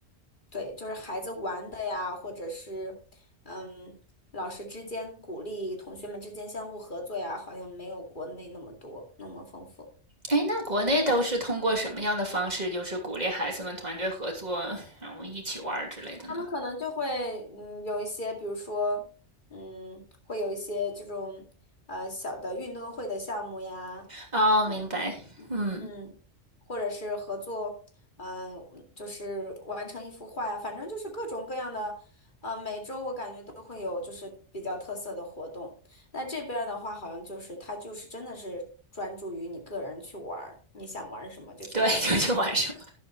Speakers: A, on the left; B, on the right.
A: 对，就是孩子玩的呀，或者是嗯，老师之间鼓励同学们之间相互合作呀，好像没有国内那么多，那么丰富。
B: 哎，那国内都是通过什么样的方式，就是鼓励孩子们团队合作，然后一起玩儿之类的呢？
A: 他们可能就会嗯有一些，比如说嗯会有一些这种呃小的运动会的项目呀，
B: 哦，
A: 嗯嗯嗯嗯，
B: 明白。嗯，
A: 或者是合作，嗯、就是完成一幅画呀，反正就是各种各样的，呃，每周我感觉都会有就是比较特色的活动。那这边儿的话，好像就是它就是真的是专注于你个人去玩儿，你想玩儿什么就去玩儿什么。
B: 对，<laughs> 就去玩什么？